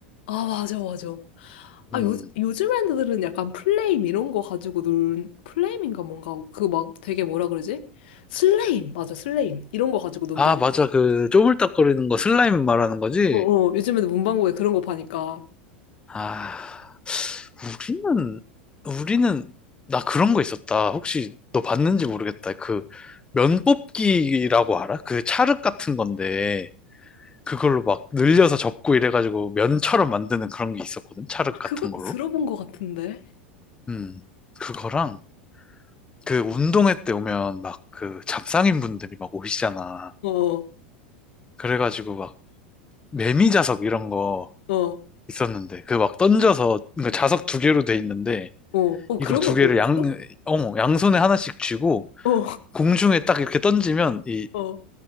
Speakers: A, on the left; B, on the left.
A: 아, 맞아, 맞아. 아,
B: 음.
A: 요, 요즘 애들은 약간 플레임 이런 거 가지고 놀, 플레임인가 뭔가, 그 막 되게 뭐라 그러지? 슬레임! 맞아, 슬레임. 이런 거 가지고 논다.
B: 아, 맞아. 그, 쪼물딱거리는 거 슬라임 말하는 거지?
A: 어, 어, 요즘 애들 문방구에 그런 거 파니까.
B: 아, 우리는, 우리는, 나 그런 거 있었다. 혹시 너 봤는지 모르겠다. 그, 면 뽑기라고 알아? 그 찰흙 같은 건데. 그걸로 막 늘려서 접고 이래가지고 면처럼 만드는 그런 게 있었거든. 찰흙
A: 아,
B: 같은
A: 그것도
B: 걸로.
A: 들어본 것 같은데?
B: 음. 그거랑 그 운동회 때 오면 막 그 잡상인 분들이 막 오시잖아.
A: 어, 어,
B: 그래가지고 막 매미 자석 이런 거
A: 어,
B: 있었는데 그 막 던져서 그 자석 두 개로 돼 있는데
A: 어, 어,
B: 이거
A: 그런
B: 두
A: 것도
B: 개를
A: 있었어?
B: 양, 어머, 양손에 하나씩 쥐고
A: 어,
B: 공중에 딱 이렇게 던지면 이
A: 어,